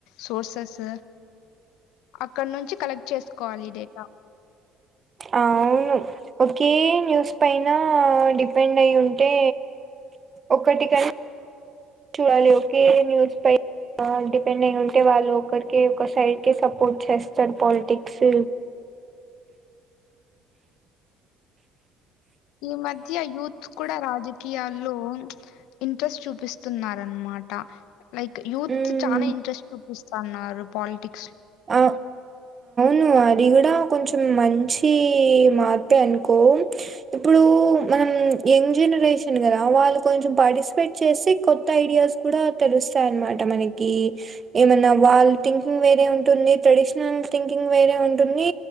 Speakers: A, on the left; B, on the right.
A: సోర్సెస్ అక్కడ నుంచి కలెక్ట్ చేసుకోవాలి డేటా
B: ఆ అవు ఒకే న్యూస్ పైన డిపెండ్ అయి ఉంటే ఒక్కటిక చూడాలి ఓకే న్యూస్ పై ఆ డిపెండ్ అయి ఉంటే వాళ్ళు ఒకరికి ఒక సైడ్కి సపోర్ట్ చేస్తారు పాలిటిక్స్
A: ఈ మధ్య యూత్ కూడా రాజకీయాల్లో ఇంట్రెస్ట్ చూపిస్తున్నారనమాట లైక్ యూత్
B: హ్మ్
A: చాలా ఇంట్రెస్ట్ చూపిస్తున్నారు పాలిటిక్
B: ఆ ను అది కూడా కొంచం మంచి మార్పే అనుకో ఇప్పుడు మనం యంగ్ జనరేషన్ కదా వాళ్ళు కొంచం పార్టిసిపేట్ చేసి కొత్త ఐడియాస్ కూడా తెలుస్తా చాయినమాట మనకి ఏమన్నా వాళ్ళ థింకింగ్ వేరే ఉ ఉంటుంది ట్రెడిషనల్ థింకింగ్ వేరే ఉంటుంది